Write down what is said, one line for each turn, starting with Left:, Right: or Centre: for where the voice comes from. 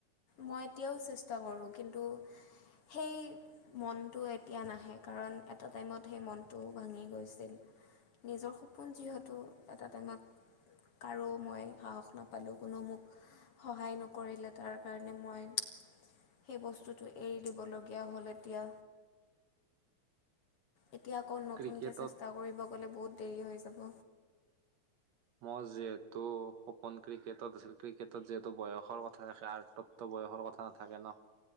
Left: মই এতিয়াও চেষ্টা কৰোঁ কিন্তু সেই মনটো এতিয়া নাহে কাৰণ এটা টাইমত সেই মনটোও ভাঙি গৈছিল নিজৰ সপোন যিহেতু এটা টাইমত কাৰো মই সাহস নাপালোঁ কোনো মোক সহায় নকৰিলে তাৰ কাৰণে মই সেই বস্তুটো এৰি দিবলগীয়া হ'ল এতিয়া। এতিয়া আকৌ নতুনকৈ
Right: ক্ৰিকেটত
Left: চেষ্টা কৰিব গ'লে বহুত দেৰি হৈ যাব।
Right: মই যিহেতু সপোন ক্ৰিকেটত আছিল, ক্ৰিকেটত যিহেতু বয়সৰ কথা থাকে আৰ্টতো বয়সৰ কথা নাথাকে ন।